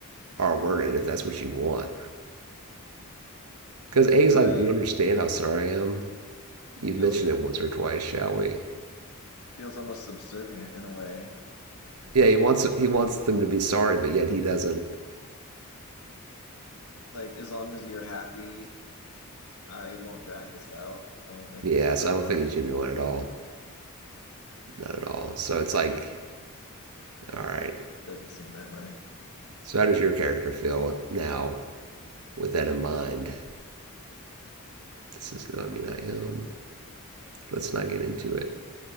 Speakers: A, on the right (about 80°); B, on the left (about 75°).
A: are worded, if that's what you want. Because A's
B: Right.
A: like, do you understand
B: It
A: how sorry I am? You
B: feels
A: mentioned
B: sub-
A: it once or twice, shall we?
B: feels almost subservient in a way.
A: Yeah, he wants he wants them to be sorry, but yet he doesn't.
B: Like as long as you're happy, I won't drag this out. I won't make
A: Yeah,
B: this a drama.
A: so I don't think he's genuine at all. Not at all. So it's
B: Yeah,
A: like, all right.
B: doesn't seem that way.
A: So how does your character feel now with that in mind? This is no, I mean, I am. Let's not get into it.